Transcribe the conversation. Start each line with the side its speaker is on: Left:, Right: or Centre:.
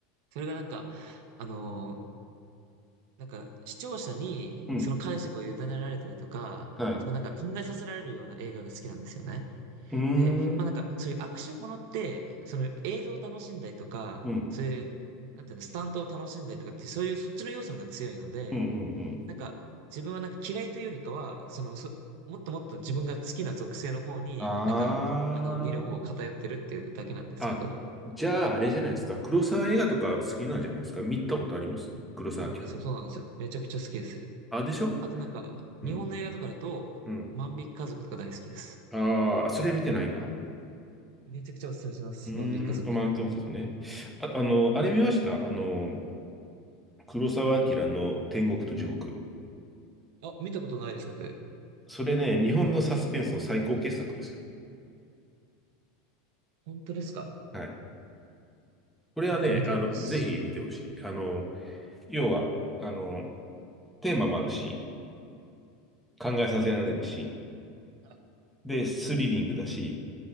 Right: それがなんか、あのーなんか視聴者にその解釈を委ねられたりとか、
Centre: うん、はい。
Right: そこなんか考えさせられるような映画が好きなんですよね。
Centre: うーん、
Right: で、まあなんか、
Centre: うん、
Right: そういうアクションものって、その映像を楽しんだりとか、
Centre: うん、
Right: そういう、なんていうの、スタントを楽しんだりとかって、そういうそっちの要素の方が強いので、
Centre: うん、うん。
Right: なんか、自分はなんか嫌いというよりかは、その、そ、もっともっと自分が好きな属性の方に、
Centre: あー。
Right: なんか、あの、見る方を偏ってるっていうだけなんですけど、
Centre: あ、じゃあ、あれじゃないですか。黒沢映画とか好きなんじゃないですか。見たことあります黒沢明。
Right: そうなんですよ、そうなんですよ。めちゃくちゃ好きです。
Centre: あ、でしょ
Right: あとなんか、
Centre: うん、
Right: 日本の映画とかだと、
Centre: うん。
Right: 万引き家族とか大好きです。
Centre: ああそれ見てないな。
Right: めちゃくちゃおすすめします。
Centre: うーん、
Right: 万引き家族。
Centre: あマンクマカズね。あと、あの、あれ見ましたあの、黒沢明の天国と地獄。
Right: はい。あ、見たことないです、僕。
Centre: それね、日本のサスペンスの最高傑作ですよ。
Right: 本当ですか
Centre: はい。これはね、
Right: ちょっと見てみます。
Centre: あの、ぜひ見てほしい。あの、要は、あの、テーマもあるし、考えさせられるし、
Right: あ
Centre: で、スリリングだし、